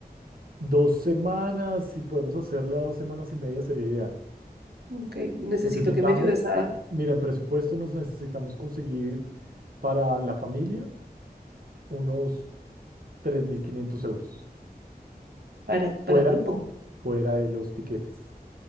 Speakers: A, on the right (about 65°); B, on the right (about 80°).
A: Dos semanas, si podemos hacerla dos semanas y media sería ideal.
B: Ok. Necesito
A: Necesitamos,
B: que me ayudes a,
A: mira, en presupuesto nos necesitamos conseguir para la familia unos 3.500 euros,
B: para, para
A: fuera,
B: el grupo.
A: fuera de los tiquetes.